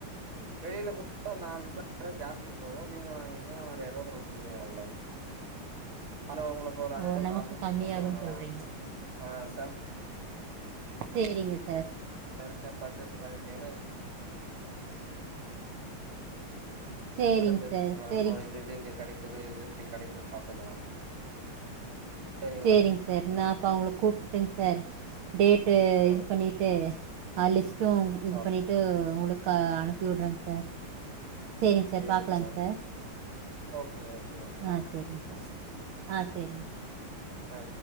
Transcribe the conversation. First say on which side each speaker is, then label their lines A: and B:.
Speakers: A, on the right; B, on the right.
A: வெளில குடுத்தா ஒரு நாலு ரூபா ஜாஸ்தி போகு நீங்க வாங்குனீங்கன்னா ஒரு அஞ்சாயிர ரூபா உங்களுக்கு <unintelligible> அவ்ளோதா ஆனா உங்களுக்கு ஒரு ஆயிரரூபா
B: ஓ நமக்கு
A: லாபம்
B: கம்மியாகும்னு
A: பாக்கலா அ
B: சொல்கிறீங்க
A: ஆ, சல்
B: சேரிங்க சார்
A: நெறயா பர்ச்சேஸ் பண்ணிடீங்கன்னா இப்
B: சரிங்க
A: தெரிஞ்சுக்கலா
B: சார் சரிங்க
A: இது இது இங்க கெடைக்கு க்குது இது எப்டி கெடைக்கு பாத்துக்கலா சரிங்களா?
B: செரிங்க சார் நாப் அப்ப அவுங்கள கூப்ட்டுங் சார் டேட்டு
A: ம்
B: இது பண்ணிட்டு ஹாலிஸ் அப்றோ இது
A: ஓகே.
B: பண்ணிட்டு உங்களுக்கு கா, அனுப்பி விடுறேங் சார் சேரிங்க சார்
A: சரிங்க
B: பாக்கலாங்க
A: okay.
B: Sir
A: okay, okay, okay.
B: ஆ சேரிங்க சார் ஆ சேரிங்க.
A: ஆ